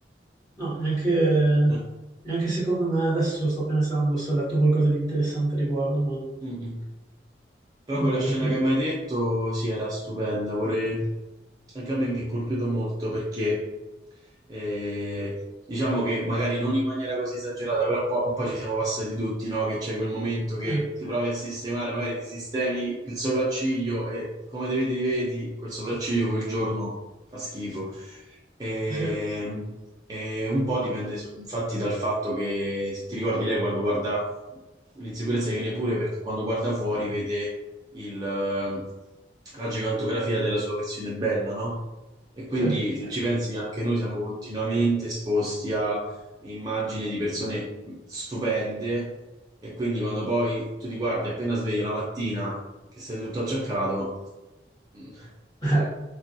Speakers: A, on the left; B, on the right.
A: no, neanche,
B: Eh,
A: neanche secondo me adesso sto pensando se ho letto qualcosa di interessante a riguardo, ma non,
B: mm, mm. Però
A: non
B: quella
A: mi viene
B: scena
A: in mente.
B: che mi hai detto, sì, era stupenda, pure anche a me mi è colpito molto perché eh, diciamo che magari non in maniera così esagerata, però po- un po' ci siamo passati tutti, no? Che c'è quel momento che
A: Eh,
B: ti provi a sistemare, magari ti sistemi il sopracciglio e come te vedi, ti vedi, quel sopracciglio quel giorno fa schifo. Ehm,
A: sì,
B: e un po' dipende so- infatti dal fatto che, se ti ricordi, lei quando guarda, l'insicurezza viene pure perché quando guarda fuori vede il, eh, la gigantografia della sua versione bella, no? E quindi
A: sì.
B: se ci pensi anche noi siamo continuamente esposti a immagini di persone stupende e quindi quando poi tu ti guardi appena sveglio la mattina che sei tutto acciaccato, mm,
A: <laughs> Eh,